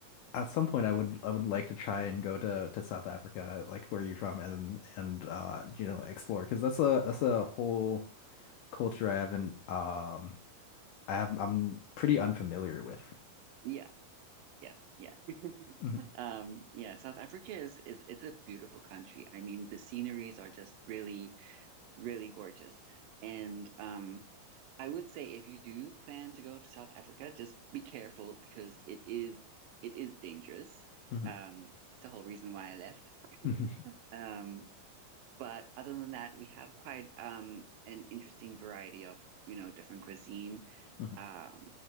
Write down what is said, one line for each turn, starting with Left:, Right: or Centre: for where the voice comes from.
Left: at some point I would I would like to try and go to to South Africa, like where you're from and and uh you know explore because that's a that's a whole culture I haven't um I have I'm pretty unfamiliar with.
Right: Yeah. Yeah. Yeah. <laughs>
Left: Mhm,
Right: Um yeah, South Africa is is it's a beautiful country. I mean, the sceneries are just really really gorgeous. And um, I would say if you do plan to go to South Africa, just be careful because it is it is dangerous.
Left: mhm,
Right: Um, it's the whole reason why I left.
Left: <laughs> mhm,
Right: Um, but other than that, we have quite um an interesting variety of, you know, different cuisine.
Left: mhm.
Right: Um,